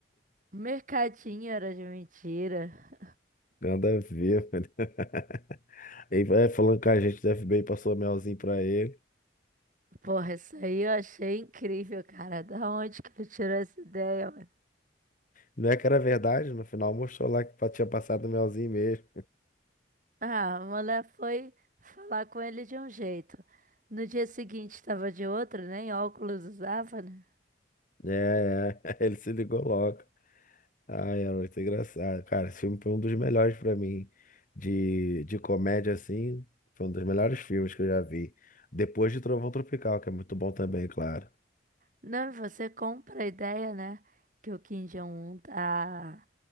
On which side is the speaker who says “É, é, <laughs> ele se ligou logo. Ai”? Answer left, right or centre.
Left